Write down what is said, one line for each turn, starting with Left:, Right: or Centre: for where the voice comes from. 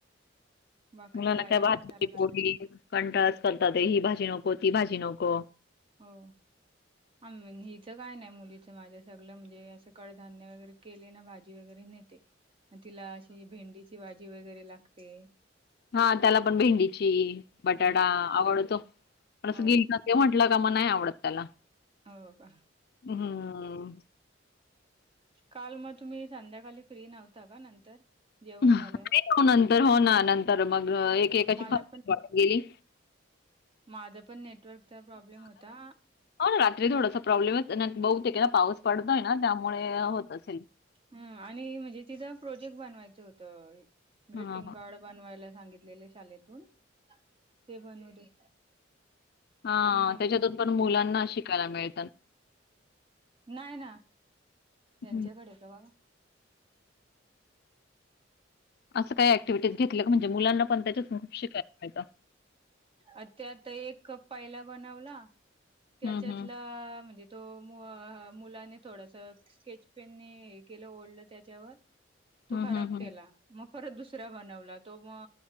Right: भाकरी
Left: मुलांना
Right: खायला
Left: काय <inaudible>
Right: कंटाला खातात.
Left: पोळी कंटाळाचं करतात ही भाजी नको ती भाजी नको.
Right: हो अ म हिचं काय नाही मुलीच माझ्या सगळ म्हणजे असं कडधान्य वगैरे केले ना भाजी वगैरे नेते, तिला अशी भेंडीची भाजी वगैरे लागते.
Left: हा त्याला पण भेंडीची बटाटा
Right: हं
Left: आवडतो पण असं
Right: हो
Left: गेल ते म्हटलं का मग नाही आवडत त्याला.
Right: हो का
Left: हम्म
Right: काल मअ तुम्ही संध्याकाली फ्री नव्हता का नंतर जेवण
Left: नाही
Right: झाल्यावर?
Left: हो हो ना नंतर मग एकेकाची
Right: मला
Left: <inaudible> गेली.
Right: माझं पण नेटवर्कचा प्रॉब्लेम होता.
Left: हो ना रात्री थोडासा प्रॉब्लेमच आहे बहुतेक हे ना पाऊस पडतोय ना त्यामुळे होत असेल
Right: हू आणि म्हणजे तिज प्रोजेक्ट बनवायचं होतं ग्रीटिंग
Left: हां, हां.
Right: कार्ड बनवायला सांगितलेले शालेेतून ते बनवले
Left: हा
Right: नाही
Left: त्याच्यातून पण मुलांना शिकायला मिळतन
Right: नाय ना यांच्याकडे
Left: हं.
Right: कवा
Left: असं काय अँक्टिव्हिटीस घेतल का म्हणजे मुलांना पण त्याच्यातून शिकायला मिळतं
Right: आ त्यात एक पहिला बनवला त्याच्यातला
Left: हं, हं.
Right: म्हणजे तो मू मुलांने थोडस स्केचपेनने हे केलं ओढलं त्याच्यावर तो
Left: हं,
Right: खराब
Left: हं, हं.
Right: केला म परत दुसरा बनवला तो म